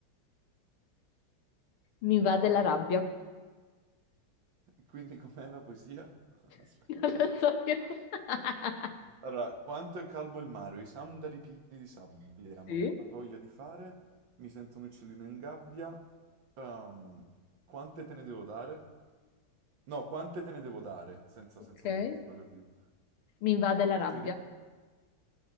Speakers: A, on the left; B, on the right.
A: Mi va della
B: Oh, no.
A: rabbia.
B: Quindi com'è la poesia? <laughs> Aspetta.
A: <laughs> Non lo so più. <laughs>
B: Allora, quanto è calmo il mare, ho i sandali pieni di sabbia, ma
A: Sì,
B: ho voglia di fare, mi sento un uccellino in gabbia, ehm, quante te ne devo dare? No, quante te ne devo dare, senza,
A: ok.
B: senza punto interrogativo.
A: Mi invade la rabbia.
B: E tu hai detto,